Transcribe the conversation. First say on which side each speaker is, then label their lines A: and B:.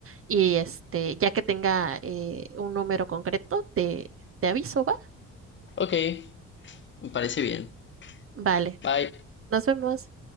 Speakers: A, on the right; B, on the left.
A: Y este, ya que tenga eh, un número concreto, te, te aviso, ¿va?
B: Ok, me parece bien.
A: Vale,
B: Bye.
A: nos vemos.